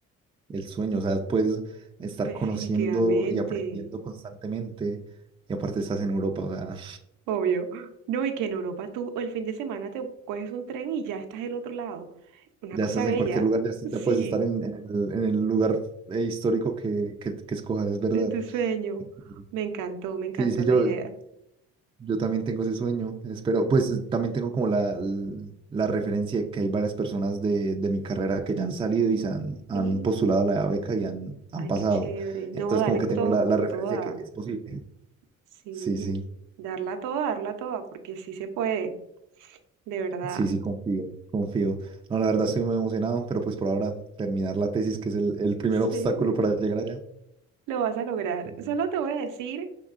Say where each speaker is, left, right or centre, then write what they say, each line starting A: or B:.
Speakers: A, on the right (about 20°); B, on the right (about 80°).
A: el sueño, o sea, puedes estar
B: definitivamente.
A: conociendo y aprendiendo constantemente. Y aparte estás en Europa, o sea,
B: Obvio. No, y que en Europa tú el fin de semana te coges un tren y ya estás del otro lado. Una
A: Ya
B: cosa
A: estás
B: bella.
A: en cualquier lugar, ya, estás-
B: Sí,
A: ya puedes estar en, en el, en el lugar eh, histórico que, que, que escojas, es verdad.
B: de tu sueño.
A: Ujú.
B: Me encantó, me encantó
A: Sí, sí,
B: la
A: yo,
B: idea.
A: yo también tengo ese sueño, espero, pues eh, también tengo como la, l- la referencia de que hay varias personas de, de mi carrera que ya han salido y se han, han
B: Sí,
A: postulado a la beca y han, han
B: ay,
A: pasado.
B: qué chévere. No,
A: Entonces
B: dale
A: como que
B: con,
A: tengo
B: to-
A: la,
B: con
A: la referencia
B: toda.
A: que es posible.
B: Sí,
A: Sí, sí,
B: darla toda, darla toda, porque sí se puede, de verdad.
A: sí, sí, confío, confío. No, la verdad estoy muy emocionado, pero pues por ahora terminar la tesis, que es el, el primer
B: Sí.
A: obstáculo para llegar allá.
B: Lo vas a lograr.
A: Sí, sí.
B: Solo te voy a decir